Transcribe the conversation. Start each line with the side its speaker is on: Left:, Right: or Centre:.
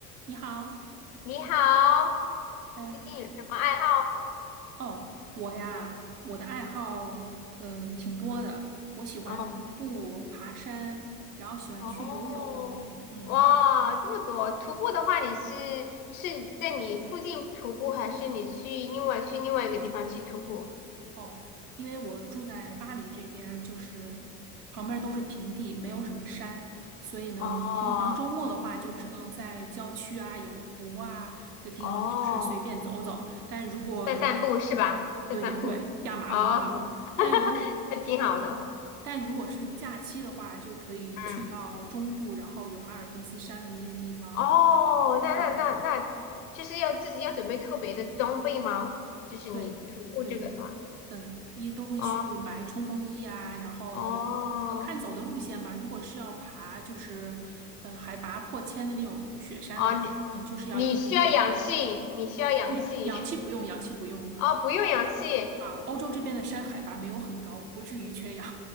Right: 你好，
Left: 你好，
Right: 嗯，
Left: 最近有什么爱好？
Right: 你哦，我呀，我的爱好嗯挺多的，我喜欢徒步、
Left: 哦，
Right: 爬山，然后喜欢去游泳，
Left: 哦，
Right: 嗯，
Left: 哇，这么多！徒步的话，你是是在你附近徒步，还是你去另外去另外一个地方去徒步？
Right: 哦，因为我住在巴黎这边儿就是旁边儿都是平地，没有什么山，所以呢，
Left: 哦
Right: 平常周末的话就只能在郊区啊、有湖啊的地方，
Left: 哦，
Right: 就是随便走走，但如果有
Left: 在散步是吧？在散步。
Right: 对对对，压马路那种。
Left: 哦，
Right: 但如果
Left: <laughs> 那挺好的。
Right: 但如果是假期的话，就可以去到中部，
Left: 嗯，
Right: 然后有阿尔卑斯山的那些地方。
Left: 哦，那那那那，
Right: 对
Left: 就是要自己要准备特别的装备吗？就是你徒步这个的话，
Right: 对对，嗯，一都会去买冲锋衣啊，
Left: 哦
Right: 然后呃看走的路线吧。
Left: 哦。
Right: 如果是要爬，就是呃海拔破千的那种雪山的话，
Left: 哦，你你需要氧气，
Right: 嗯，就是要有徒步机
Left: 你需要氧气。
Right: 不氧氧气不用，
Left: <laughs>
Right: 氧气不用
Left: 哦，不用氧气。
Right: 啊。欧洲这边的山海拔没有很高，不至于缺氧。